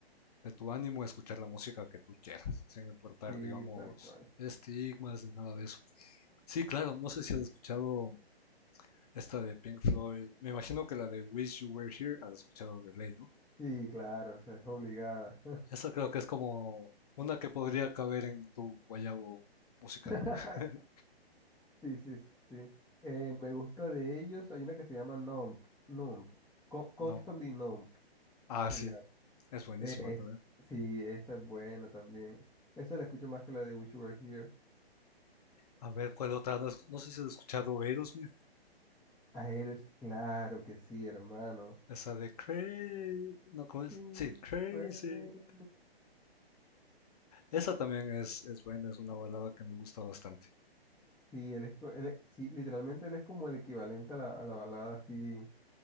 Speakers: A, on the left; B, in the centre.
A: de tu ánimo, escuchar la música que tú quieras, sin importar,
B: Sí,
A: digamos,
B: tal cual.
A: estigmas ni nada de eso. Sí, claro, no sé si has escuchado esta de Pink Floyd. Me imagino que la de Wish You Were Here has escuchado de ley, ¿no?
B: Sí, claro, o sea, es obligada.
A: Esa creo que es como una que podría caber en tu guayabo musical.
B: <laughs>
A: <laughs>
B: Sí, sí, sí. sí. Eh, me gusta de ellos. Hay una que se llama Nump. Nump. Com- Comfortably
A: No.
B: Numb
A: Ah,
B: se
A: sí,
B: llama.
A: es buenísima
B: Es,
A: también.
B: sí, esa es buena también. Esa la escucho más que la de Wish You Were Here.
A: A ver, ¿cuál otra? No, es- no sé si has escuchado Aerosmith.
B: A eres claro que sí, hermano.
A: Esa de Crazy. No, ¿cómo es?
B: Sí,
A: Sí, Crazy.
B: crazy.
A: Esa también es, es buena, es una balada que me gusta bastante.
B: Sí, él es, co- él es- sí, literalmente él es como el equivalente a la, a la balada así